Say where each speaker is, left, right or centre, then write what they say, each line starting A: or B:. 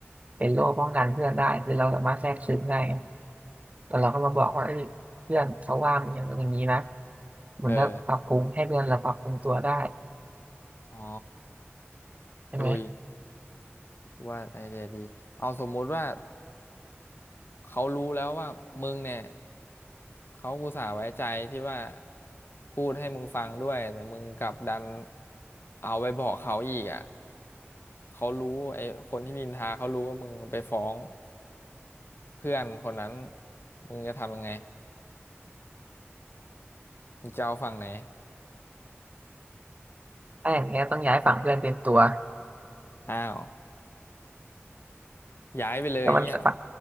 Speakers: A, on the right; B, on the left.
A: เป็นโล่ป้องกันเพื่อนได้คือเราสามารถแทรกซึมได้ไงแต่เราก็มาบอกว่าเอ้ยเพื่อนเขาว่ามึงอย่างนั้นอย่างนี้นะมันก็ปรับปรุงให้เพื่อนเราปรับปรุงตัวได้
B: เอออ๋อ
A: ใช่ไหม
B: เอ้ยว่าไอเดียดีเอาสมมุติว่า เขารู้แล้วว่ามึงเนี่ยเขาอุตส่าห์ไว้ใจที่ว่าพูดให้มึงฟังด้วยแต่มึงกลับดันเอาไปบอกเขาอีกอ่ะเขารู้ไอ้คนที่นินทาเขารู้ว่ามึงไปฟ้องเพื่อนคนนั้นมึงจะทำยังไงมึงจะเอาฝั่งไหน
A: ถ้าอย่างเงี้ยต้องย้ายฝั่งเพื่อนเต็มตัว
B: อ้าวย้ายไปเลยอย่างเงี้ยเหรอ
A: ก็มันสะ